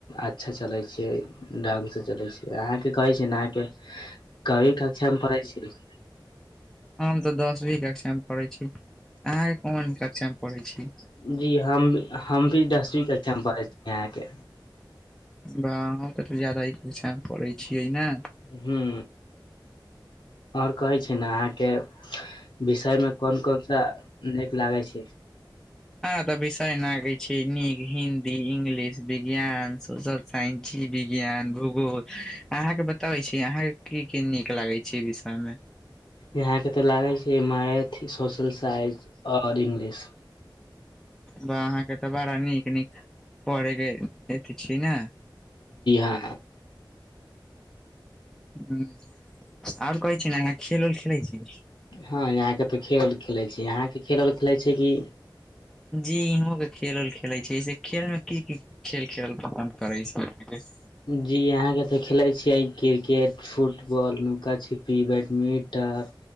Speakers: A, on the left (about 75°); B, in the centre.
A: अच्छा चले छै ढंग से चले छै अहाँके कहै छी ने अहाँके कवी कक्षामे पढ़ै छी
B: हम तऽ दसवीं कक्षा में पढ़ै छी अहाँके कोन कक्षामे पढ़ै छी
A: जी हम हम भी दसवीं कक्षा मे पढ़ै छी अहाँके
B: ब अहुं के तऽ जादा इ कक्षा में पड़ै छियै ने
A: हूं आओर कहै छै ने अहाँके विषय में कोन कोन सा नीक लागे छै
B: हँ तऽ विषय न गै छै नीक हिन्दी इंग्लिश विज्ञान सोशल सइन्स जीव विज्ञान भूगोल अहाँके बताबै छी अहाँके की की नीक लागै छै विषय मे
A: यहाँ के तऽ लागै छै मैथ सोशल साइंस आऔर इंग्लिश
B: ब अहाँके तऽ बड़ा नीक नीक पढे के एत छी ने
A: आ
B: ह आओर कहै छै ने अहां खेल उल खेलै छै
A: हँ यहाँके तऽ खेल खेलैत छी यहाँके खेल आओर खेलैत छै कि
B: जी हो गेल खेल उल खेलै छैसे खेल मे की की खेल खेलल पसन्द करै छै अहांके
A: जी अहाँके तऽ खेलै छियै क्रिकेट फुटबॉल नुका छिपी बैडमिंटन